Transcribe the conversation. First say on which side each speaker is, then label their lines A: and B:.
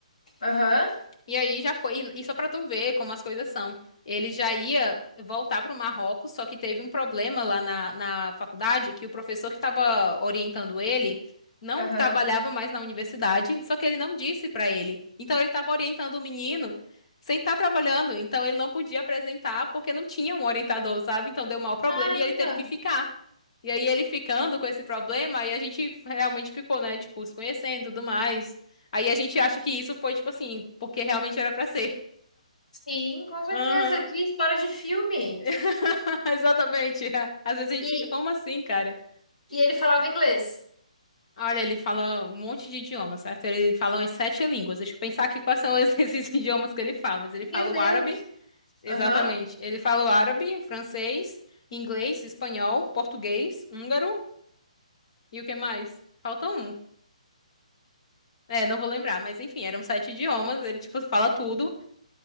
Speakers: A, on the left (about 75°); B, on the left (about 50°).
A: Aham,
B: E aí já foi, e só pra tu ver como as coisas são. Ele já ia voltar pro Marrocos, só que teve um problema lá na, na faculdade, que o professor que estava orientando ele não
A: aham.
B: trabalhava mais na universidade, só que ele não disse pra ele. Então ele estava orientando o menino sem estar trabalhando, então ele não podia apresentar porque não tinha um orientador, sabe? Então deu mau problema
A: Caramba!
B: e ele teve que ficar. E aí ele ficando com esse problema, aí a gente realmente ficou, né, tipo, se conhecendo e tudo mais. Aí a gente acha que isso foi, tipo assim, porque realmente era pra ser.
A: Sim, com certeza.
B: Aham.
A: Que história de filme.
B: <laughs> Exatamente. Às vezes a gente
A: E,
B: fica, como assim, cara?
A: e ele falava inglês.
B: Olha, ele fala um monte de idiomas, certo? Ele fala umas sete línguas. Deixa eu pensar aqui quais são es- <laughs> esses idiomas que ele fala. Mas ele fala
A: Meu
B: o
A: Deus!
B: árabe, exatamente.
A: Aham.
B: Ele fala o árabe, francês, inglês, espanhol, português, húngaro e o que mais? Falta um. É, não vou lembrar, mas enfim, eram sete idiomas. Ele, tipo, fala tudo.